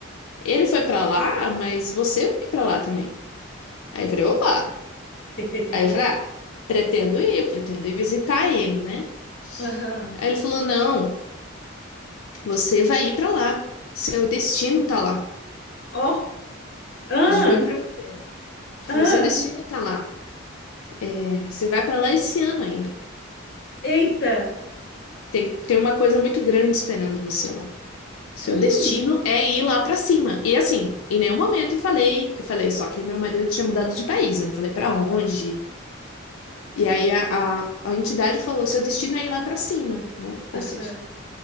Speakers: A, on the left (about 80°); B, on the left (about 50°).
A: ele foi pra lá, mas você vai pra lá também. Aí eu falei: Opa!
B: <laughs>
A: Aí eu falei: Ah, pretendo ir, eu pretendo ir visitar ele, né?
B: Aham.
A: Aí ele falou: Não, você vai ir pra lá. Seu destino tá lá.
B: Ó. Ah,
A: Juro pra você. Ele
B: ah.
A: Falou, seu destino tá lá. É, Você vai pra lá esse ano ainda.
B: Eita.
A: Tem, tem uma coisa muito grande esperando você lá. Seu
B: Hum.
A: destino é ir lá pra cima. E assim, em nenhum momento eu falei, eu falei só que meu marido tinha mudado de país, eu não falei pra onde. E aí a, a, a entidade falou, seu destino é ir lá pra cima, né? Ou
B: Aham.
A: seja,